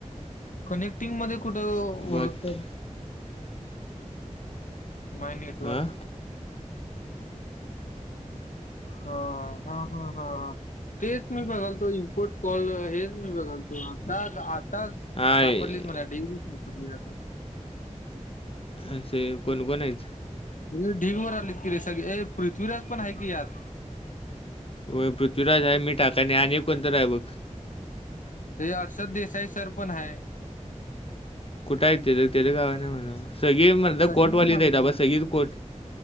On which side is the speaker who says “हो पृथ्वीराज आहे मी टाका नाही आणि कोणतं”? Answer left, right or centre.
Left